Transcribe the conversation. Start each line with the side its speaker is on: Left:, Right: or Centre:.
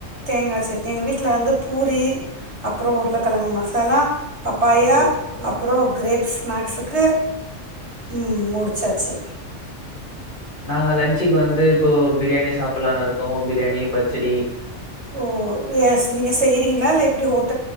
Right: தேங்கா சட்னி எங்க வீட்ல வந்து பூரி அப்புறோ உருளக்கெழங்கு மசாலா பப்பாயா
Left: ஓ
Right: அப் புறோ கிரேப்ஸ் ஸ்நாக்ஸுக்கு ம் முடிச்சாச்சு
Left: நாங்க லன்ச்சிக்கு வந்து இப்போ பிரியாணி சாப்புலானு இருக்கோ பிரியாணி பச்சடி
Right: ஓ நீங்லாஸ் நீங்க செய்றீங்ளா இல்ல எப்புடி ஹோட்